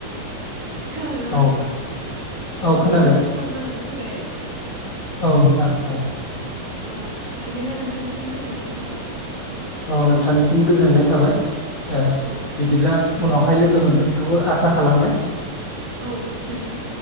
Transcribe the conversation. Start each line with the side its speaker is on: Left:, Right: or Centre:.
Right: खोनादोंना
Left: औ
Right: नोंथाङा?
Left: औ
Right: अ
Left: खोनादों
Right: जोंना समा जानानै फैबाय
Left: औ नोंथां औ
Right: औ बिदिब्ला नोंथांनिसिम गोजोननाय थाबाय।
Left: औ नोंथांनिसिम गोजोननाय थाबाय ओ
Right: औ
Left: बिदिब्ला उनावहाय लोगो मोनफिनखोबो आसा खालामबाय
Right: औ नोंथां